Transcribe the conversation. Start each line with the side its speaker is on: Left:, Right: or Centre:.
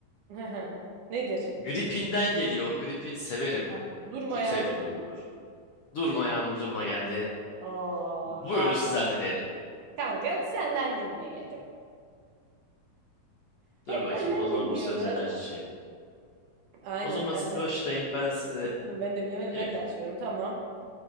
Right: <laughs> Nedir?
Left: Gripin'den geliyor. Gripin severim.
Right: Aha. Durma
Left: Çok
Right: yağmur
Left: sevdiğim bir gruptur.
Right: durma.
Left: Durma Yağmur Durma geldi.
Right: Oo,
Left: Buyurun
Right: ha.
Left: sizden dinleyelim.
Right: Kanka senden dinleyelim. Hep
Left: Dur bakayım.
Right: benden
Left: O zaman
Right: dinliyoruz.
Left: bir sözlerini açayım.
Right: Aynen
Left: O zaman
Right: ben
Left: siz
Right: de açayım.
Left: başlayın. Ben size
Right: Oğlum ben de bilemedim
Left: Yakın.
Right: ben de açıyorum tamam.